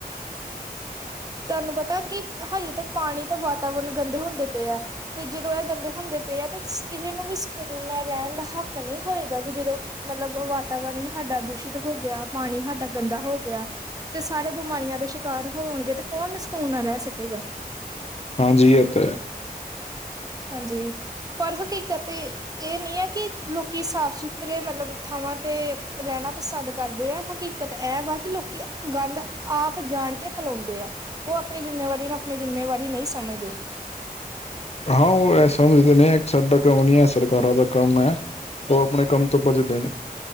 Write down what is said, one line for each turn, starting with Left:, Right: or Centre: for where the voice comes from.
Right: ਤੁਹਾਨੂੰ ਪਤਾ ਕਿ ਹਜੇ ਤਾਂ ਪਾਣੀ ਤੇ ਵਾਤਾਵਰਨ ਗੰਦੇ ਹੁੰਦੇ ਪਏ ਆ। ਤੇ ਜਦੋਂ ਇਹ ਗੰਦੇ ਹੁੰਦੇ ਪਏ ਆ ਤੇ ਕਿਸੇ ਨੂੰ ਵੀ ਸਕੂਨ ਨਾਲ ਰਹਿਣ ਦਾ ਹੱਕ ਨਹੀਂ ਹੋਏਗਾ ਕਿ ਜਦੋਂ। ਮਤਲਬ ਵਾਤਾਵਰਨ ਸਾਡਾ ਦੂਸ਼ਿਤ ਹੋ ਗਿਆ ਪਾਣੀ ਸਾਡਾ ਗੰਦਾ ਹੋ ਗਿਆ। ਤੇ ਸਾਰੇ ਬਿਮਾਰੀਆਂ ਦਾ ਸ਼ਿਕਾਰ ਹੋਣਗੇ ਤੇ ਕੌਣ ਸਕੂਨ ਨਾ ਰਹਿ ਸਕੇਗਾ।
Left: ਹਾਂਜੀ ਇਹ ਤੇ ਹੈ।
Right: ਹਾਂਜੀ ਪਰ ਕੀ ਕਤੇ ਇਹ ਨੀ ਹੈ ਕਿ ਲੋਕੀ ਸਾਫ਼ ਸੁੱਥਰੇ ਮਤਲਬ ਥਾਵਾਂ ਤੇ ਰਹਿਣਾ ਪਸੰਦ ਕਰਦੇ ਆ ਲੋਕੀ ਦਿੱਕਤ ਇਹ ਵਾ ਕਿ ਲੋਕੀ ਗੰਦ ਆਪ ਜਾਣ ਕੇ ਫੈਲਾਉਂਦੇ ਆ। ਉਹ ਆਪਣੀ ਜਿੰਮੇਵਾਰੀ ਨੂੰ ਆਪਣੀ ਜਿੰਮੇਵਾਰੀ ਨਹੀਂ ਸਮਝਦੇ।
Left: ਹਾਂ ਉਹ ਸਮਝਦੇ ਨੇ ਇੱਕ ਸਾਡਾ ਕੰਮ ਨਹੀ ਹੈ ਸਰਕਾਰਾਂ ਦਾ ਕੰਮ ਹੈ ਉਹ ਆਪਣੇ ਕੰਮ ਤੋਂ ਭੱਜਦੇ ਨੇ।